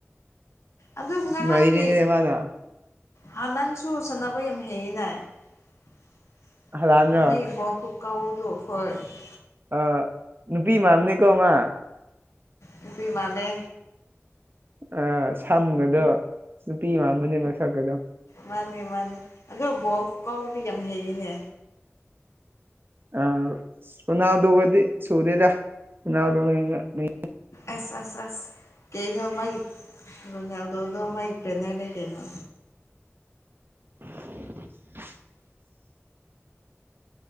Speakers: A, on the left; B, on the right.
A: ꯑꯗꯨ ꯉꯔꯥꯡꯒꯤ
B: ꯅꯩꯔꯤꯅꯦ ꯃꯥꯅ
A: ꯍꯥꯥꯟ ꯅꯪꯁꯨ ꯁꯅꯥꯕ ꯌꯥꯝ ꯍꯩꯌꯦꯅꯥꯏ <unintelligible>
B: ꯍꯂꯥꯟꯔꯣ ꯑꯥ ꯅꯨꯄꯤ ꯃꯥꯟꯕꯅꯤꯀꯣ ꯃꯥ
A: ꯅꯨꯄꯤ ꯃꯥꯜꯂꯦ
B: ꯑꯥ ꯁꯝꯒꯗꯣ ꯅꯨꯄꯤ ꯑꯃꯥꯟꯕꯅꯦ ꯃꯁꯛꯀꯗꯣ
A: ꯃꯥꯅꯤ ꯃꯥꯅꯤ ꯑꯗꯣ ꯕꯣꯜ ꯈꯨꯀꯥꯎꯗꯤ ꯌꯥꯝ ꯍꯩꯌꯦꯅꯦ
B: ꯑꯥ ꯑꯁ ꯔꯣꯅꯥꯜꯗꯣꯒꯗꯤ ꯁꯨꯗꯦꯗꯥ ꯔꯣꯅꯥꯜꯗꯣꯅꯦꯗ ꯃꯤ
A: ꯑꯁ ꯑꯁ ꯑꯁ ꯀꯩꯕ ꯃꯥꯒꯤ ꯔꯣꯅꯥꯜꯗꯣꯗꯣ ꯃꯥꯒꯤ ꯇ꯭ꯔꯦꯅꯔꯅꯦ ꯀꯩꯅꯣ
B: <inaudible>